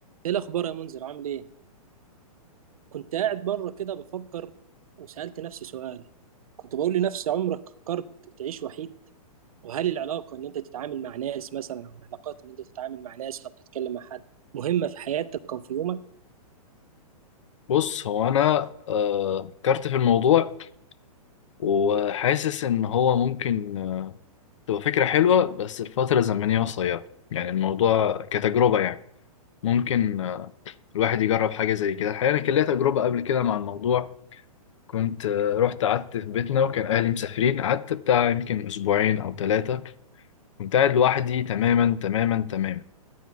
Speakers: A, on the right (about 70°); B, on the left (about 55°).
A: ايه الاخبار يا منذر عامل ايه كنت قاعد بره كده بفكر وسألت نفسي سؤال كنت بقول لنفسي عمرك فكرت تعيش وحيد وهل العلاقة ان انت تتعامل مع ناس مثلا او العلاقات ان انت تتعامل مع ناس او تتكلم مع حد مهمة في حياتك او في يومك
B: بص هو انا آه، فكرت في الموضوع وحاسس ان هو ممكن آه، تبقى فكره حلوه بس الفتره الزمنيه قصيره يعني الموضوع كتجربه يعني ممكن آه، الواحد يجرب حاجه زي كده الحقيقه انا كان ليا تجربه قبل كده مع الموضوع كنت آه، رحت قعدت في بيتنا وكان اهلي مسافرين قعدت بتاع يمكن اسبوعين او ثلاثه كنت قاعد لوحدي تماما تماما تماما